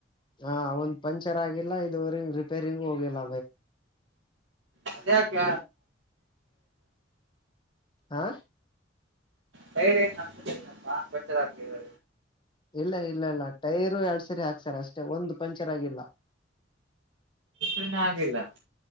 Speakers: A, on the left; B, on the right.
A: ಹ್ಮ್ ಒಂದು ಪಂಚರ್ ಆಗಿಲ್ಲ ಇದುವರೆಗೂ ರಿಪೀರ್ಗೂ ಹೋಗಿಲ್ಲ
B: ಅದು ಯಾಕೆ
A: ಹಾ
B: ಟೈರ್ ಏನು ಹೊಸದಾಕ್ಸಿಲ್ವಾ
A: ಇಲ್ಲ ಇಲ್ಲ ಟೈರ್ ಎರಡು ಸಲಿ ಹಾಕಿಸಿದ್ದಾರೆ ಒಂದು ಸಾರಿ ಪಂಚರ್ ಆಗಿಲ್ಲ
B: ಏನು ಆಗಿಲ್ಲ